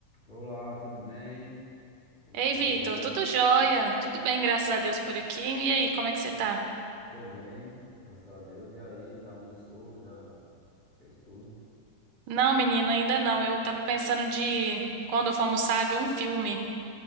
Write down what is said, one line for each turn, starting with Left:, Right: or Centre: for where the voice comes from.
Left: Olá, tudo bem? Como
Right: Ei,
Left: tá
Right: Vitor,
Left: seu dia?
Right: tudo jóia? Tudo bem, graças a Deus por aqui. E aí, como é que você tá?
Left: Tô bem, graças a Deus. E aí, já almoçou, já fez tudo?
Right: Não, menino, ainda não. Eu tava pensando de, quando eu for almoçar, ver um filme.